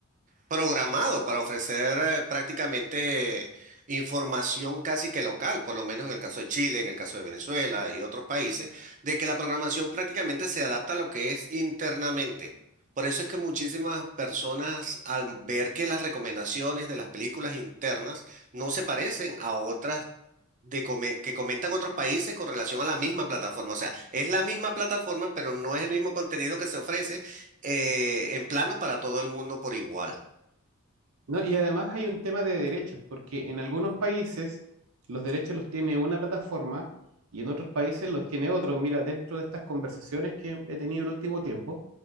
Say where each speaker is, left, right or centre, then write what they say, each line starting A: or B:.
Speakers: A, on the right (about 35°); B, on the right (about 75°).
A: programado para ofrecer eh, prácticamente información casi que local, por lo menos en el caso de Chile, en el caso de Venezuela y otros países, de que la programación prácticamente se adapta a lo que es internamente. Por eso es que muchísimas personas, al ver que las recomendaciones de las películas internas no se parecen a otras de come- que comentan otros países con relación a la misma plataforma. O sea, es la misma plataforma, pero no es el mismo contenido que se ofrece eh, en plano para todo el mundo por igual.
B: No, y además hay un tema de derechos, porque en algunos países los derechos los tiene una plataforma y en otros países los tiene otro. Mira, dentro de estas conversaciones que he tenido el último tiempo,